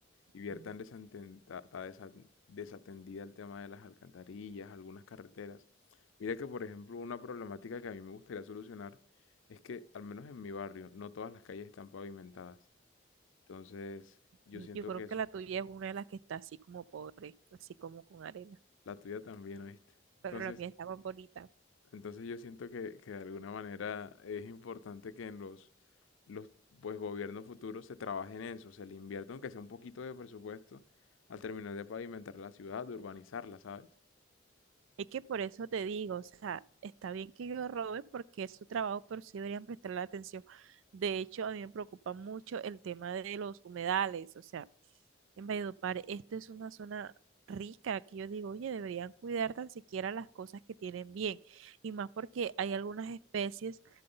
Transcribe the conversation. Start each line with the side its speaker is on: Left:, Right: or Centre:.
Left: y ver
Right: Ujú.
Left: tan desatenta- ta- desa- desatendida el tema de las alcantarillas, algunas carreteras. Mira que, por ejemplo, una problemática que a mí me gustaría solucionar es que, al menos en mi barrio, no todas las calles están pavimentadas. Entonces, yo
Right: Y
Left: siento
Right: Yo creo
Left: que eso,
Right: que la tuya es una de las que está así como pobre, así como con arena,
Left: la tuya también, ¿oíste? Entonces,
Right: pero la mía está más bonita.
Left: entonces yo siento que, que de alguna manera es importante que en los, los pues, gobiernos futuros se trabaje en eso, se le invierta aunque sea un poquito de presupuesto al terminar de pavimentar la ciudad, de urbanizarla, ¿sabes?
Right: Es que por eso te digo, o sea, está bien que yo robe porque es su trabajo, pero sí deberían prestarle atención. De hecho, a mí me preocupa mucho el tema de los humedales, o sea, en Valledupar, esto es una zona rica que yo digo, oye, deberían cuidar tan siquiera las cosas que tienen bien, y más porque hay algunas especies